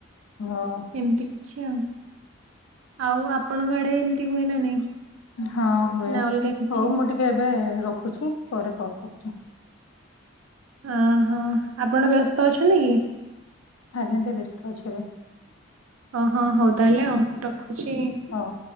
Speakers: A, on the left; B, on the right.
A: ହଉ।
B: ଏମିତି କିଛି ଆଉ, ଆଉ ଆପଣଙ୍କ ଆଡେ ଏମିତି ହୁଏ ନା ନାଇଁ?
A: ହଁ ହୁଏ,
B: ନା ଅଲଗା କିଛି
A: ହଉ ମୁଁ ଟିକେ ଏବେ ରଖୁଛି ପରେ କଲ୍ କରୁଛି।
B: ଅ- ହଁ ଆପଣ ବ୍ୟସ୍ତ ଅଛନ୍ତି କି?
A: ଆଜ୍ଞା ଟିକେ ବ୍ୟସ୍ତ ଅଛି ଏବେ।
B: ଓ ହଁ ହଉ ତାହେଲେ ଆଉ ରଖୁଛି।
A: ହଉ।